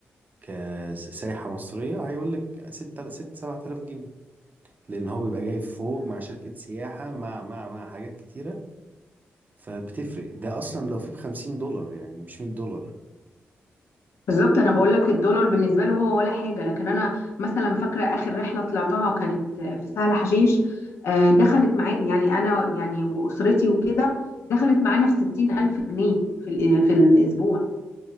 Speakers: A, on the right; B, on the left.
A: كسائحه مصريه هيقول لك 6 6 7000 جنيه لان هو بيبقى جاي فوق مع شركه سياحه مع مع مع حاجات كتيره فبتفرق ده اصلا لو في بخمسين دولار يعني مش مية دولار
B: بالظبط انا بقول لك الدولار بالنسبه له هو ولا حاجه لكن انا مثلا فاكره اخر رحله طلعتها كانت في سهل حشيش آه، دخلت معايا يعني انا يعني واسرتي وكده دخلت معانا في 60000 جنيه في الأ- في الاسبوع